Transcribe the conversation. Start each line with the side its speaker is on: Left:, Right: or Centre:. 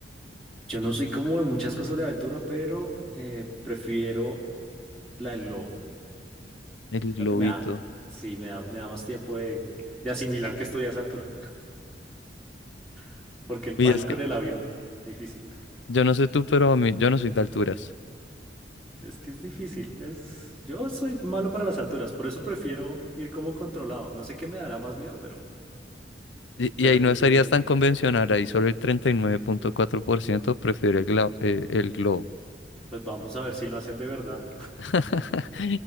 Centre: yo no soy como de muchas cosas de aventura, pero eh, prefiero la del globo.
Left: El
Centre: Creo
Left: globito.
Centre: que me da, sí, me da, me da más tiempo de, de asimilar que estoy a esa altura. <laughs> Porque el
Left: Uy,
Centre: pánico
Left: es que
Centre: en el avión, difícil.
Left: yo no sé tú, pero a mí, yo no soy de alturas.
Centre: Es que es difícil, es... Yo soy malo para las alturas, por eso prefiero ir como controlado. No sé qué me dará más miedo, pero,
Left: Y, y
Centre: pero
Left: ahí no
Centre: prefiero
Left: serías
Centre: el control.
Left: tan convencional, ahí solo el 39.4% prefiere el, gla- eh, el globo.
Centre: Pues vamos a ver si lo hacen de verdad.
Left: <laughs>